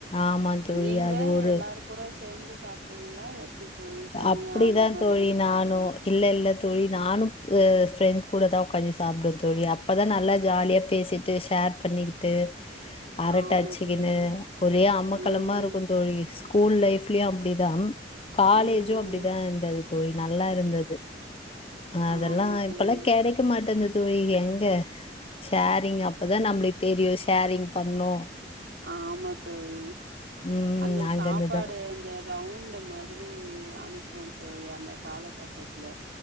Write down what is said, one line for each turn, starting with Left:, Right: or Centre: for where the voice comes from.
Left: ஆமா தோழி.
Right: நீங்க
Left: அது ஒரு
Right: எல்லாரு கூட சேந்து சாப்டுவீங்ளா எப்டி தோழி தனியா
Left: அப்படிதான்
Right: அந்த மாதிரி
Left: தோழி
Right: விருப்பப்படு
Left: நானும். இல்ல இல்ல தோழி நானும் ஃப்ரெண்ட்ஸ் கூட தா உட்காஞ்ஞி சாப்டவ தோழி அப்பதா நல்ல ஜாலியா பேசிட் டு ஷேர் பண்ணிக்கிட் டு அரட்டச்சக்கினு
Right: ஆமா தோழி
Left: ஒரே அமக்கலமா
Right: ம்
Left: இருக்கூ தோழி கூல் லைஃப்லயு அப்டிதா காலேஜும்
Right: ம்
Left: அப்டிதான் இருந்தது தோழி நல்லா இருந்தது அதெல்லா
Right: ஆமா தோழி
Left: இப்பலா கெடைக் கக்க மாட்டேந்த தோழி எங்க ஷேரிங் அப்பதா நம்புளுக் தெரியு ஷேரிங் பண்ணூ
Right: ஆமா தோழி
Left: ம்
Right: அந்த
Left: அங்க
Right: சாப்பாடு
Left: இருந்துதான்.
Right: அந்த ரவுண்டு மாதிரி அனுப்புவோ தோழி அந்த காலகட்டத்துல